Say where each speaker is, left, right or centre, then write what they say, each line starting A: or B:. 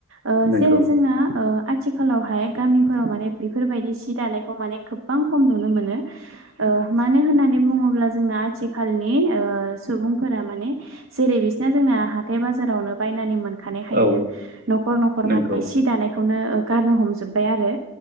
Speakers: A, on the right (about 70°); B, on the right (about 50°).
A: ओ
B: नोंगौ
A: जेरै जोंना आथिखालावहाय गामिफोराव माने बेफोरबायदि सि दानाय। खौ माने गोबां खम नुनो मोनो मानो होननानै बुङोब्ला जोंना आथिखालनि। ओ सुबुंफोरा माने जेरै बिसिना जोंना हाथाय बाजारावनो बायनानै मोन। खानायखायनो
B: औ
A: न'खर न'खर
B: नोंगौ
A: माने सि दानायखौनो। गारनो हमजोबबाय आरो